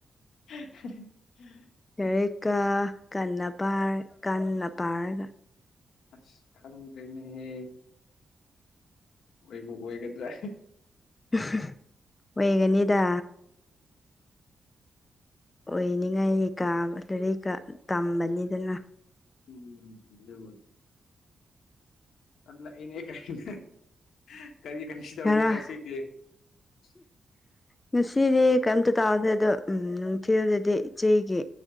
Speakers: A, on the left (about 80°); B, on the left (about 25°).
A: <unintelligible>
B: ꯂꯥꯏꯔꯤꯛꯀꯥ ꯀꯟꯅ ꯄꯥꯔ ꯀꯟꯅ ꯄꯥꯔꯒ꯫
A: ꯑꯁ ꯈꯪꯗ꯭ꯔꯦꯅꯦꯍꯦ꯫ ꯑꯣꯏꯕꯨ ꯑꯣꯏꯒꯗ꯭ꯔꯥ <unintelligible>
B: <unintelligible> ꯑꯣꯏꯒꯅꯤꯗ ꯑꯣꯏꯅꯤꯡꯉꯥꯏ ꯀꯥꯝ ꯑꯗꯨꯔꯤꯛꯀ ꯇꯝꯕꯅꯤꯗꯅ
A: <unintelligible> ꯑ ꯂꯥꯛꯏꯉꯩ ꯀꯩꯅ ꯀꯔꯤ ꯀꯔꯤꯁꯨꯗꯧꯒꯦ
B: ꯉꯔꯥꯡ
A: ꯉꯁꯤꯗꯤ <inaudible>
B: ꯉꯁꯤꯗꯤ ꯀꯩꯝꯇ ꯇꯥꯎꯗꯦ ꯑꯗꯣ ꯎꯝ ꯅꯨꯡꯊꯤꯜꯗꯗꯤ ꯏꯆꯦꯒꯤ